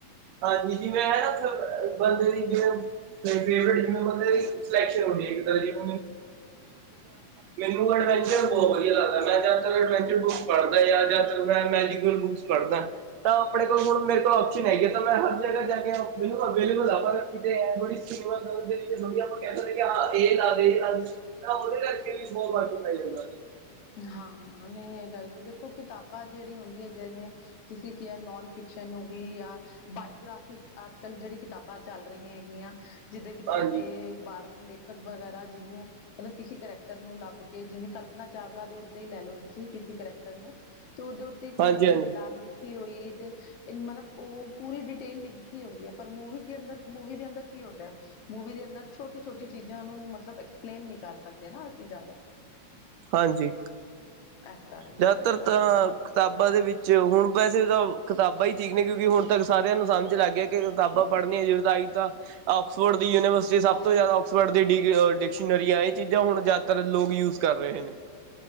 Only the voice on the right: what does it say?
ਹਾਂਜੀ ਜਿਵੇਂ ਹੈ ਨਾ ਬੰਦੇ ਦੀ ਜਿਵੇ ਫੇਵਰਟ ਜਿਵੇਂ ਬੰਦੇ ਦੀ ਸਿਲੈਕਸ਼ਨ ਹੋ ਮੈਨੂੰਥ ਮੈਨੂੰ ਐਡਵੈਂਚਰ ਬਹੁਤ ਵਧੀਆ ਲੱਗਦਾ ਮੈਂ <unintelligible> ਪੜ੍ਹਦਾ ਜਾਂ ਜਾਂ ਫਿਰ ਮੈਂ ਮੈਜੀਕਲ ਬੁਕਸ ਪੜਦਾ ਤਾਂ ਆਪਣੇ ਕੋਲ ਹੁਣ ਮੇਰੇ ਕੋਲ ਓਸ਼ਨ ਹੈਗੇ ਮੈਂ ਹਰ ਜਗ੍ਹਾ ਜਾ ਕੇ ਮੈਨੂੰ ਅਵੇਲੇਬਲ ਆ ਪਰ ਕਿਤੇ ੋੜੀਮ ਥੋੜੀ ਆਪਾਂ ਕਹਿ ਸਕਦੇ ਇਹ ਲੱਦੇ ਇਹ ਲੱਦੇ ਉਹਦੇ ਕਰਕੇ ਵੀ ਬਹੁਤ ਵੱਟ ਪੈ ਜਾਂਦਾ
ਹਾਂਜੀ
ਹਾਂਜੀ-ਹਾਂਜੀ,
ਹਾਂਜੀ
ਜ਼ਿਆਦਾਤਰ
ਤਾਂ ਕਿਤਾਬਾਂ ਦੇ ਵਿੱਚ ਹੁਣ ਵੈਸੇ ਤਾਂ ਕਿਤਾਬਾਂ ਹੀ ਠੀਕ ਨੇ ਕਿਉਂਕਿ ਹੁਣ ਤੱਕ ਸਾਰੇ ਨੂੰ ਸਮਝ ਲੱਗ ਗਿਆ ਕਿਤਾਬਾਂ
ਪੜ੍ਹੀਆਂ ਜ਼ਰੂਰ ਆਈ ਤਾਂ ਆਕਸਫੋਰਡ ਦੀ ਯੂਨੀਵਰਸਿਟੀ ਸਭ
ਤੋਂ ਜ਼ਿਆਦਾ ਆਕਸਫੋਰਡ ਡ ਡਿਕਸ਼ਨਰੀਆਂ ਇਹ ਚੀਜ਼ਾਂ ਹੁਣ ਜ਼ਿਆਦਾਤਰ ਲੋਕ ਯੂਜ ਕਰ ਰਹੇ ਨੇ